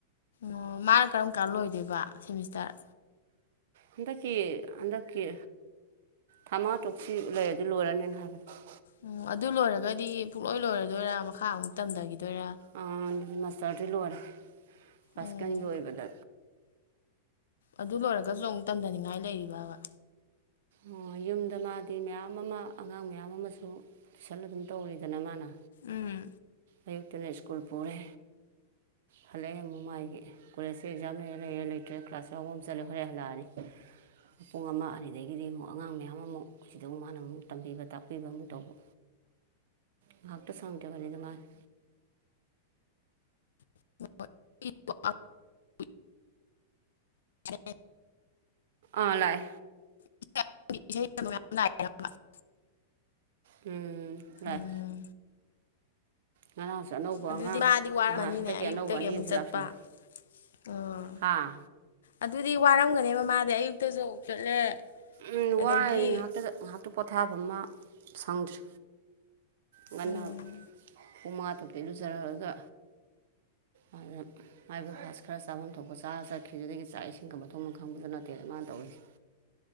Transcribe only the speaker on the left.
ꯑꯣ ꯃꯥꯅ ꯀꯔꯝ ꯀꯥꯟ ꯂꯣꯏꯗꯣꯏꯕ ꯁꯦꯃꯤꯁꯇꯔ
ꯎꯝ ꯑꯗꯨ ꯂꯣꯏꯔꯒꯗꯤ ꯄꯨꯨꯡꯂꯣꯏ ꯂꯣꯏꯔꯗꯣꯏꯔꯥ ꯃꯈꯥ ꯑꯃꯨꯛ ꯇꯝꯗꯒꯤꯗꯣꯏꯔꯥ
ꯎꯝ
ꯑꯗꯨ ꯂꯣꯏꯔꯒꯖꯨ ꯑꯃꯨꯛ ꯇꯝꯗꯅꯤꯡꯉꯥꯏ ꯂꯩꯔꯤꯕꯥꯕ
ꯎꯝ
<unintelligible> <inaudible>
<unintelligible>
ꯎꯝ
ꯑꯗꯨꯗꯤ
ꯃꯥꯗꯤ ꯋꯥꯔꯝꯃꯅꯤꯅꯦ
ꯑꯌꯨꯛꯇꯒꯤ
ꯑꯃꯨꯛ
ꯆꯠꯄ
ꯑꯥ
ꯑꯗꯨꯗꯤ ꯋꯥꯔꯝꯒꯅꯤꯕ ꯃꯥꯗꯤ ꯑꯌꯨꯛꯇꯁꯨ ꯑꯃꯨꯛ ꯆꯠꯂꯦ
ꯑꯗꯒꯤ
ꯎꯝ